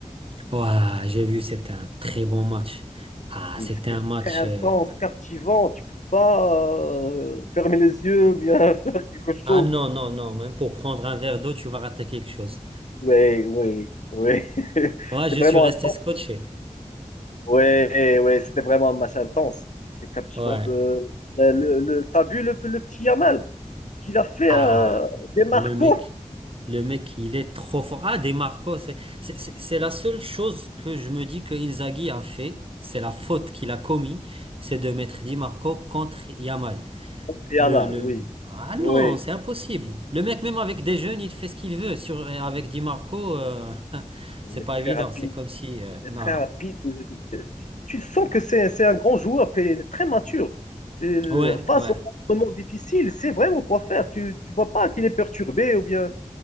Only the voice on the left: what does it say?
Oui,
c'était
très intense,
captivant. Tu peux pas euh, fermer les yeux, ou bien <laughs> faire quelque
chose.
Oui, oui, oui. <laughs>
C'est vraiment
intense.
Oui, oui, c'était vraiment un match intense et captivant.
peu. Le, le, le- t'as vu le, le petit Yamal? Ce qu'il a fait
euh, des Marcos?
<laughs> Yamal,
oui.
Oui,
il
est très
rapide.
Il est
très rapide. Tu, tu sens que c'est c'est un grand joueur, qu'il est très mature. Et
face
aux moments difficiles, c'est vraiment quoi faire. Tu ne vois pas qu'il est perturbé ou bien.